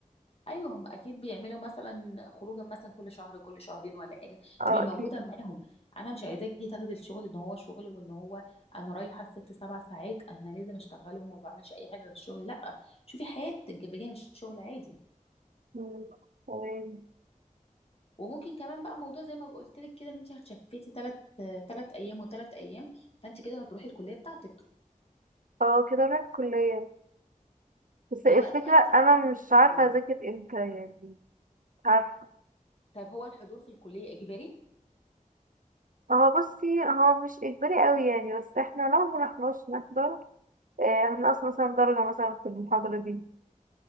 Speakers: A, on the left; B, on the right.
A: ايوه هم اكيد بيعملوا مثلا خروجه مثلا كل شهر كل شهرين ولا حاجه
B: اه
A: تبقي موجوده
B: أكيد
A: معاهم انا مش عايزاكي تاخدي الشغل ان هو شغل وان هو انا رايحه ست سبع ساعات انا لازم اشتغلهم وما بعملش اي حاجه غير الشغل لا شوفي حياتك بجانب الشغل عادي
B: مم. تمام
A: وممكن كمان بقى موضوع زي ما قلت لك كده ان انت هتشفتي ثلاث ثلاث ايام وثلاث ايام فانت كده هتروحي الكليه بتاعتك
B: اه كده أنا الكلية بس الفكرة
A: الوقت بقى اللي انت
B: أنا مش عارفة
A: قولي لي
B: أذاكر امتى يعني مش عارفة
A: طيب هو الحضور في الكليه اجباري
B: هو بصي هو مش اجباري قوي يعني بس احنا لو مرحناش نحضر آه، هنقص مثلا درجة مثلا في المحاضرة دي